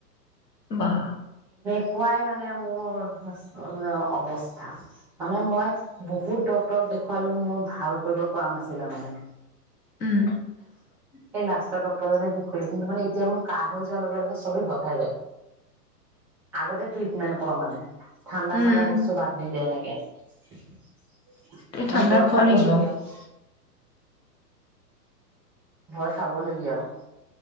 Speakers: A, on the left; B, in the centre.
A: বাহ।
B: শুকুৱাই মানে মোৰ অৱস্থা মানে মই বহুত ড্ক্তৰক দেখুৱালো মোৰ ভাল কৰিব পৰা নাছিলে মানে
A: উম।
B: সেই লাষ্টত ড্টৰজনে ঠিক কৰিলে কিন্তু মানে এতিয়া মোৰ কাহ হৈ যোৱাৰ লগে লগে চবেই ভ খাই যায়। আগতে ট্ৰিটমেণ্ট কৰ মানে ঠাণ্ডা
A: উম
B: ঠাণ্ডা বস্তু বাদ দি দিয়ে এনেকে এ
A: তুমি ঠাণ্ডা
B: ভয়
A: খোৱা
B: খাবলগীয়া
A: নেকি বাৰু
B: আৰু ভয় খাব লাগি আৰু